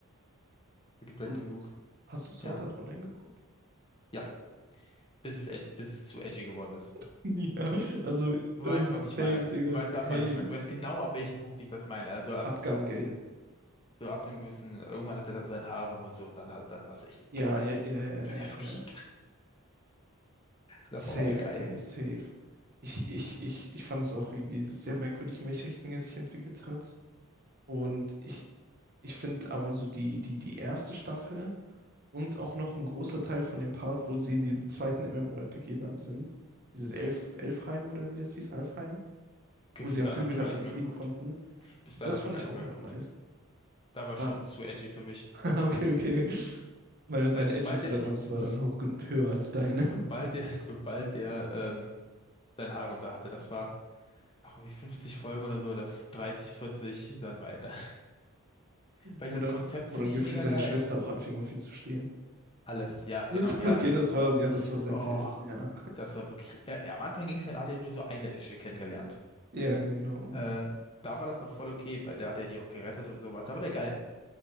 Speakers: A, on the left (about 25°); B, on the right (about 45°).
A: Es gibt halt
B: Und
A: genug,
B: hast du Sword
A: ja.
B: Art Online geguckt?
A: Ja, bis es, ed- bis es zu edgy geworden ist.
B: <laughs> Ja, also
A: Du
B: ähm,
A: weißt, was
B: same,
A: ich meine.
B: Digga,
A: Du weißt,
B: same.
A: ab wann ich meine. Du weißt genau, ab welchem Punkt ich das meine. Also ab,
B: Abgang Gale.
A: so ab einem gewissen, irgendwann hatte er da sein Harem und so und dann halt, dann war es echt
B: Ja,
A: Kacke.
B: ja, ja, ja, ja,
A: Das war ja wirklich.
B: ja. ja.
A: Davor
B: Safe,
A: war der geil.
B: Digga, safe. Ich, ich, ich, ich fand es auch irgendwie sehr merkwürdig, in welche Richtung er sich entwickelt hat. Und ich, ich finde aber so die, die, die erste Staffel und auch noch ein großer Teil von dem Part, wo sie in dem zweiten MMORPG dann sind, dieses Elf, Elfheim oder wie das hieß, Alfheim,
A: Okay,
B: wo
A: bis
B: sie einen
A: dahin
B: Flügel
A: habe ich gar
B: hatten
A: nicht
B: und
A: mehr
B: fliegen
A: geguckt.
B: konnten,
A: Bis
B: das
A: dahin habe
B: fand
A: ich gar
B: ich
A: nicht
B: auch
A: mehr
B: noch
A: geguckt.
B: nice.
A: Da war
B: Ah,
A: schon zu edgy für mich.
B: <laughs>
A: Das,
B: okay, okay. Meine, meine
A: nein, sobald
B: Edgy-Toleranz
A: der, so,
B: war dann hoch, gen- höher als deine.
A: sobald der, sobald der, ähm, sein Harem da hatte, das war noch irgendwie 50 Folgen oder so, oder 30, 40, dann war Ende. Weil
B: Wo
A: ich das
B: dann,
A: Konzept
B: wo
A: finde
B: dann
A: ich
B: gefühlt
A: mega
B: seine
A: geil.
B: Schwester auch anfing, auf ihn zu stehen.
A: Alles, ja, genau,
B: <laughs>
A: ja,
B: Okay,
A: es,
B: das
A: es
B: war,
A: war,
B: ja, das war sehr
A: oh,
B: wild, ja.
A: das war wirklich, ja, ja, am Anfang ging es ja, da hat er nur so eine Ische kennengelernt.
B: Ja, genau.
A: Äh, da war das noch voll okay, weil da hat er die auch gerettet und sowas. Da war der geil.